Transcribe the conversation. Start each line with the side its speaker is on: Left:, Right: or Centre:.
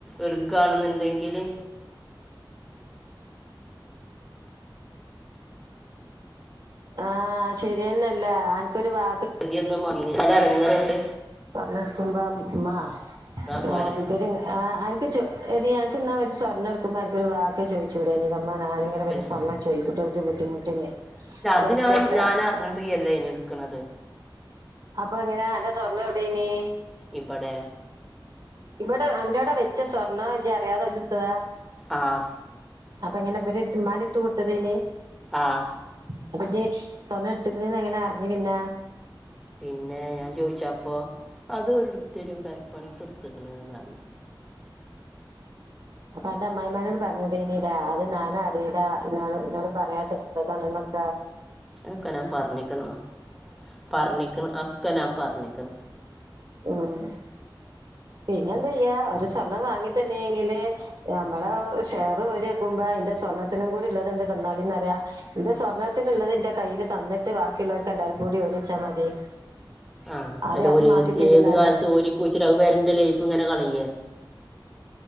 Centre: എടുക്കാണെന്നുണ്ടെങ്കില്
Right: ആ ശരി തന്നല്ല ആന്‍ക്കൊരു വാ
Centre: പൊതിയൊന്നും വന്നില്ല നല്ല എടങ്ങേറ്ണ്ട്
Right: <unintelligible> എടുക്കുമ്പം ഉമ്മാ
Centre: പോരെ
Right: ആഹ് ഇവര് അഹ് അനക് ചു എടി അനക്ക് എന്നാ ഒരു സ്വർണം എട്ക്കുമ്പോ അനക്കൊരു വാക്ക് ചോയ്ച്ചൂടേനി <unintelligible> <unintelligible> ഞാനിങ്ങന
Centre: അപ്പം
Right: ഇവര് സ്വർണം ചോയ്ക്കുട്ടോ <unintelligible> ബുദ്ധിമുട്ടിന് കൊടുക്കട്ടെ
Centre: അതിന് ഞ ഞാന് അറിഞ്ഞു ഫ്രീ അല്ലേ അതിനു എട്‌ക്കണത്
Right: അപ്പൊ ഇങ്ങനെ അന്റെ സ്വർണ്ണം എവിടെയ്നീ
Centre: ഇവിടെ
Right: ഇവിടെ, അന്റവിടെ വെച്ച സ്വർണ്ണം ഇജ്ജ് അറിയാതെ അവര് എടുത്തതാ.
Centre: ആഹ്
Right: അപ്പ ഇങ്ങനെ ഇവര് ത് ഉമ്മാന്റട്ത്തു കൊടുത്തതായ്ന്
Centre: ആഹ്
Right: <unintelligible> ജജ്ജ് സ്വർണ്ണം എട്‌ത്ത്ക്കണ്ന്ന് എങ്ങനെ അറിഞ്ഞു പിന്ന.
Centre: പിന്നെ ഞാൻ ചോയിച്ചപ്പൊ, അത് ഓര് എട്‌ത്തരും പെരപ്പണിക്ക് എട്ത്ത്ക്കണ്ന്ന് പറഞ്ഞു.
Right: ഇപ്പ അന്റെ അമ്മായിമ്മേനോട് പറഞ്ഞൂടേനി ലേ അത് ഞാനറിയൂല എന്നോട്-എന്നോട് പറയാതെ എടുത്തതാണ്ന്ന് <unintelligible>
Centre: അത് ഒക്കെ ഞാൻ പറഞ്ഞിക്കണ്. പറഞ്ഞിക്കണ് ഒക്കെ ഞാൻ പറഞ്ഞിക്കണ്.
Right: മ്ഹ് പിന്നെന്ത് ചെയ്യാ ഓര് സ്വർണ്ണം വാങ്ങി തന്നെയെങ്കില് നമ്മള ഷെയർ ഓര് വെക്കുമ്പോ അതിന്റെ സ്വാ സ്വർണത്തിനും കൂടി ഉള്ളത് എന്റെ തന്നാല് എന്നാ പറയാ ഇന്റെ സ്വർണത്തിനുള്ളത് ഇന്റെ കയ്യിൽ തന്നിട്ട് ബാക്കിയുള്ളവർക്ക് എല്ലാർ കൂടി ഒരെച്ചാ മതി.
Centre: ആ
Right: അതെ
Centre: ഒരു
Right: അത്
Centre: ഒരു
Right: മാറ്റി
Centre: ഏത്
Right: തരീന്നറിയാ
Centre: ഏത് കാലത്ത് ഓരി <unintelligible> അത് വരെന്റെ ലൈഫ് ഇങ്ങനെ കളയേ